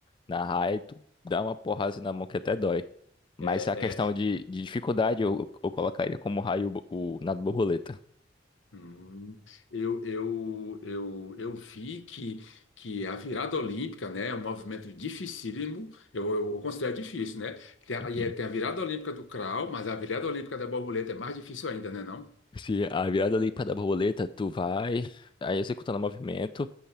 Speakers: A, on the left; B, on the left.
A: na raia e tu dá uma porrada na mão que até dói. Mas
B: É,
A: a questão
B: é,
A: de, de dificuldade, eu, eu colocaria como raio o, o nado borboleta.
B: Hum, eu, eu, eu, eu vi que, que a virada olímpica, né, é um movimento dificílimo, eu, eu eu considero difícil, né? Tem a,
A: Uhum.
B: e é- tem a virada olímpica do crawl, mas a virada olímpica da borboleta é mais difícil ainda, né, não?
A: Se a virada ali para da borboleta, tu vai aí executando o movimento.